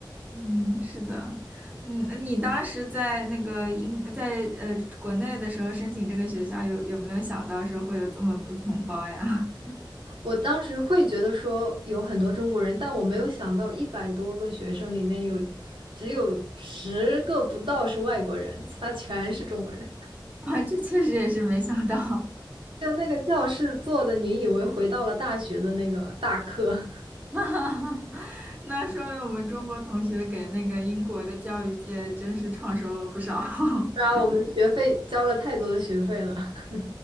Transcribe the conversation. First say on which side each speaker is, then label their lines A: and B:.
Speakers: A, on the right (about 20°); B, on the right (about 80°).
A: 嗯，是的，嗯，那你当时在那个英，在呃国内的时候申请这个学校，有有没有想到说会有这么多同胞呀？<laughs>
B: 我当时会觉得说有很多中国人，但我没有想到一百多个学生里面有只有十个不到是外国人，其他全是中国人。
A: 啊，这确实也是没想到，
B: 就那个教室坐的，你以为回到了大学的那个大课，<laughs>
A: <laughs> 那说明我们中国同学给那个英国的教育界真是创收了不少。<laughs>
B: 是啊，我们学费交了太多的学费了。<laughs>